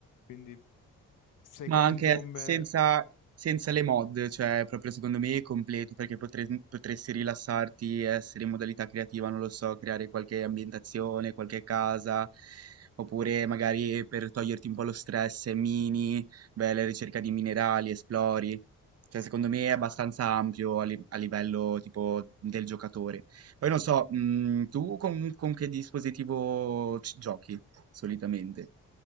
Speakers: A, on the left (about 75°); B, on the right (about 50°).
A: Quindi, secondo
B: Ma anche
A: me,
B: senza, senza le mod, cioè proprio secondo me è completo perché potre- potresti rilassarti, essere in modalità creativa, non lo so, creare qualche ambientazione, qualche casa, oppure magari per toglierti un po' lo stress, mini, beh, la ricerca di minerali, esplori. Cioè secondo me è abbastanza ampio a, li- a livello tipo del giocatore. Poi non so, mm, tu con, con che dispositivo ci- giochi solitamente?